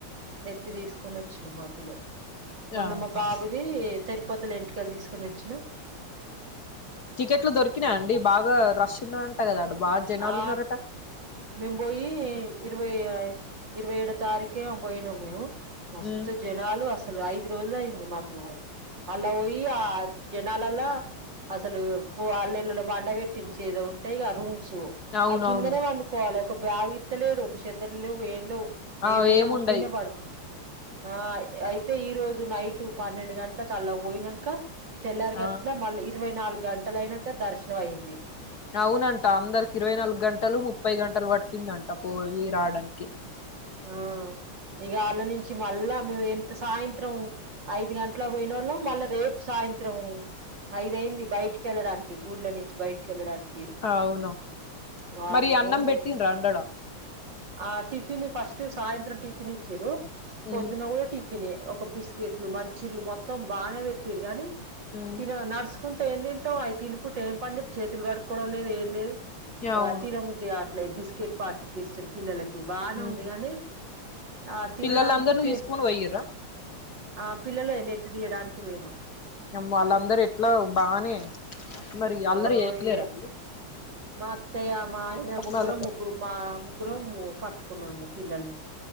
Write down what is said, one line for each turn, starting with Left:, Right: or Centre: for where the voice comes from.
Right: నెత్తి తీసుకొని వచ్చిన మా పిల్లలు మొన్న
Left: ఆహా
Right: మా బాబుది తిరుపతి లో ఎంటికలు తీసుకుని వచ్చిన
Left: టికెట్లు దొరికిన అండి బాగా రష్ ఉన్నదట కదా అ బాగా జనాలు
Right: ఆ
Left: ఉన్నారట
Right: మేము పోయి ఇరవై ఇరవై ఏడో తారీఖే పోయినాము మేము మస్తు
Left: ఉమ్
Right: జనాలు అసలు ఐదు రోజులు అయింది మాకు అల్ల పోయి ఆ జనాలల్ల అసలు వాళ్ళళ్ళని బండ పెట్టించి ఏదో ఉంటాయి కథ రూమ్స్
Left: అవునవును
Right: ఆ కిందనే వండుకోవాలి ఒక బాగు ఇత్తలేడు ఒక చెద్దరులు లేవు ఏం లేవు
Left: ఆ
Right: ఏమైన
Left: ఏముండయి
Right: ఉుట్టినే పడుకు ఆ అయితే ఈ రోజు నైట్ పన్నెండు గంటలకు అలా పోయిన క తెల్లారి గట్ల
Left: ఆ
Right: మళ్ళీ ఇరవై నాలుగు గంటల అయినాక దర్శనం అయింది
Left: అవునంట అందరికి ఇరవై నాలుగు గంటలు ముప్పై గంటలు పట్టిందంట పోయి రావడానికి
Right: ఆ ఇగ వాళ్ళ నుంచి మళ్ళా మేము ఎంత సాయంత్రం ఐదు గంటలకు పోయినోళ్ళు మళ్ళా రేపు సాయంత్రం ఐదయింది బయటికిళ్ళడానికి గుళ్ళ నుంచి బయటకి వెళ్ళడానికి
Left: అవును
Right: వామ్మో
Left: మరి అన్నం పెట్టిండ్రా అండి ఆడ
Right: ఆ టిఫిన్ ఫస్ట్ సాయంత్రం టిఫిన్ ఇచ్చారు
Left: ఉమ్
Right: పొద్దున్న కూడ టి తినే ఒక బిస్కెట్లు మంచిళ్లు మొత్తం బాగా పెట్రు గాని
Left: ఉమ్
Right: తినీ <unintelligible> తకుంటే ఏం <unintelligible> అయి తినుకుంటే ఏం పనిలేదు చేతులు కడుక్కకోవడం లేదు ఏం లేదు
Left: అవును
Right: తిన బుద్ధి బిస్కిట్ పాకట్ తీస్తర పిల్లలకి బానే
Left: ఉమ్
Right: ఉంది గానీ ఆ తినడానికి
Left: పిల్లలందరినీ
Right: చే
Left: తీసుకొని పోయిర్రా
Right: ఆ పిల్లలే న ఎత్తి తీయడానికి <unintelligible>
Left: వాళ్ళందరు ఎట్లా బానే మరి అల్లరి
Right: ఆ
Left: వయలేరు
Right: ఇగ
Left: వాళ్ళు
Right: మా అత్తయ్య మా ఆయన
Left: పక్కనోళ్ళతో
Right: ముగ్గురం ముగ్గురు మా ముగ్గురం పట్టుకున్నాం పిల్లల్ని